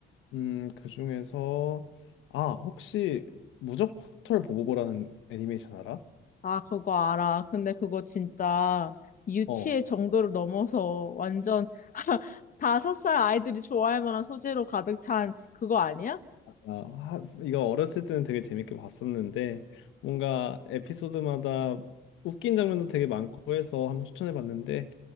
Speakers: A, on the left; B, on the left.
A: 음, 그중에서 아, 혹시 무적호털 보보보라는 애니메이션 알아?
B: 아, 그거 알아. 근데 그거 진짜 유치의
A: 어.
B: 정도를 넘어서 완전 <laughs> 다섯 살 아이들이 좋아할 만한 소재로 가득 찬 그거 아니야?
A: 아, 하- 이거 어렸을 때는 되게 재밌게 봤었는데 뭔가 에피소드마다 웃긴 장면도 되게 많고 해서 한번 추천해 봤는데